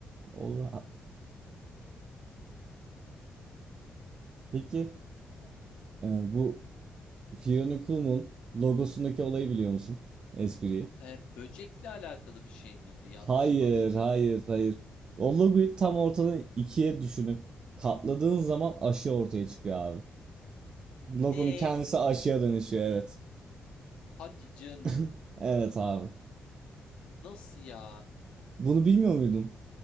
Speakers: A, on the right; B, on the left.
A: Olur. ha- Peki e, bu Fiona Cool'un logosundaki olayı biliyor musun? Espriyi.
B: Ee, böcekle alakalı bir şey miydi? Yanlış
A: Hayır,
B: mı hatırlıyorum?
A: hayır, hayır. O Logoyu tam ortadan ikiye düşünüp katladığın zaman aşı ortaya çıkıyor abi.
B: Ne?
A: Logonun kendisi aşıya dönüşüyor evet.
B: Hadi canım.
A: <laughs> Evet abi.
B: Nasıl ya?
A: Bunu bilmiyor muydun?